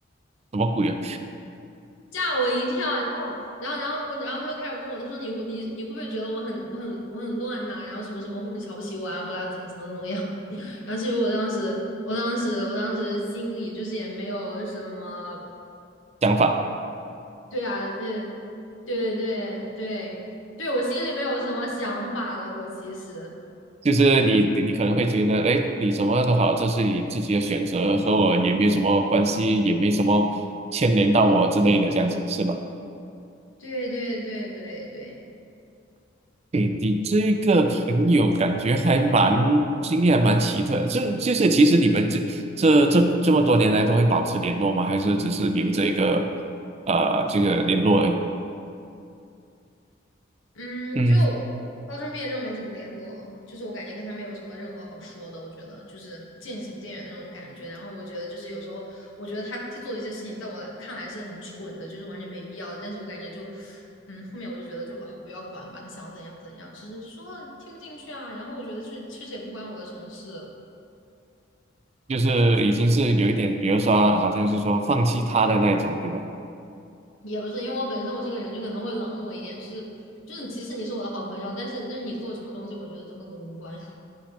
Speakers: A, on the right; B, on the left.
A: 什么鬼啊？
B: 吓我一跳。然后，然后，然后我，然后他又开始问我，他说你会你你会不会觉得我很我很我很乱呐、然后什么什么会不会瞧不起我啊？不啦，怎么怎么怎么样？<laughs> 然后其实我当时，我当时，我当时心里就是也没有什么，
A: 想法
B: 对啊，对对对对对，我心里没有什么想法的，我其实。
A: 就是你，你可能会觉得，哎，你什么都好，这是你自己的选择，和我也没什么关系，也没什么牵连到我之类的，这样子是吧？
B: 对对对对对，
A: 对，你这个朋友感觉还蛮经历还蛮奇特的就就是其实你们这这这这么多年来都会保持联络吗？还是只是留这个呃这个联络而已？
B: 嗯，
A: 嗯，
B: 就高中毕业之后没怎么联络了，就是我感觉跟他没有什么任何好说的，我觉得就是渐行渐远那种感觉。然后我觉得就是有时候，我觉得他他做的一些事情，在我来看来是很蠢的，就是完全没必要的但是我感觉就，嗯，后面我就觉得就我还不要管吧，他想怎样怎样，只是说听不进去啊。然后我觉得就是确实也不关我的什么事，
A: 就是已经是有一点，比如说好像是说放弃他的那一种，对吧？
B: 也不是因为我本身我这个人就可能会冷漠一点，就是就是即使你是我的好朋友，但是但是你做什么东西，我觉得都跟我无关。<laughs>